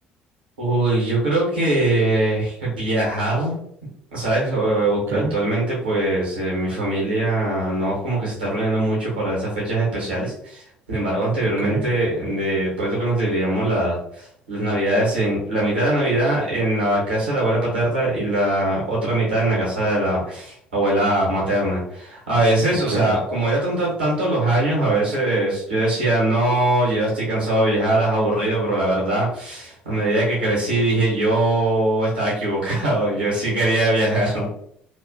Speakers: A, on the right; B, on the right.
A: Uy, yo creo que viajar. Sabes, O-
B: Ok,
A: actualmente pues eh, mi familia no es como que se está reuniendo mucho para esas fechas especiales. Sin embargo, anteriormente,
B: ok,
A: de, por eso que nos dividíamos la- las navidades en la mitad de la Navidad en la casa de la abuela paterna y la otra mitad en la casa de la abuela materna. A veces,
B: ok.
A: o sea, como era tanto, tantos los años, a veces yo decía, no, yo ya estoy cansado de viajar, es aburrido, pero la verdad... A medida que crecí dije yo estaba equivocado, <laughs> yo sí quería viajar.